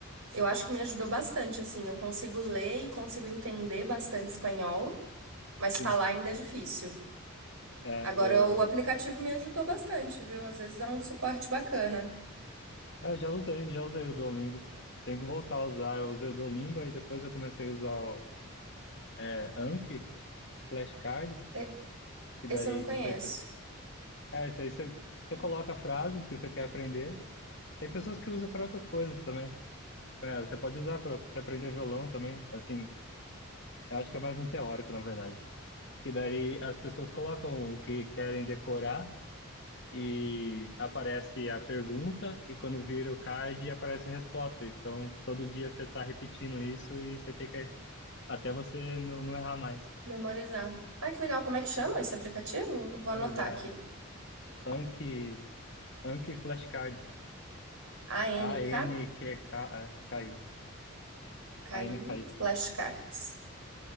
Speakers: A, on the right; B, on the left.
A: Eu acho que me ajudou bastante, assim, eu consigo ler e consigo entender bastante espanhol, mas falar
B: Sim,
A: ainda é difícil.
B: é,
A: Agora,
B: eu...
A: o aplicativo me ajudou bastante, viu? Às vezes é um suporte bacana.
B: Eu já usei, já usei o Duolingo. Tenho que voltar a usar. Eu usei o Duolingo, aí depois eu comecei a usar o é, Anki, flashcards,
A: E-
B: que daí,
A: Esse eu não conheço.
B: não sei se. É, isso aí você, você coloca a frase que você quer aprender. Tem pessoas que usam para outras coisas também. É, você pode usar para você aprender violão também. Assim, eu acho que é mais no teórico, na verdade. Que daí as pessoas colocam o que querem decorar e aparece a pergunta, e quando vira o card, aparece a resposta. Então, todo dia você está repetindo isso e você tem que Até você não, não errar mais.
A: Memorizar. Ai, que legal. Como é que chama
B: Tipo,
A: esse aplicativo? Vou
B: memorizar.
A: anotar aqui.
B: É. Anki, Anki flashcards.
A: a
B: A-N-Q-K-I.
A: n k ANKKI
B: A-N-K-I.
A: Flashcards.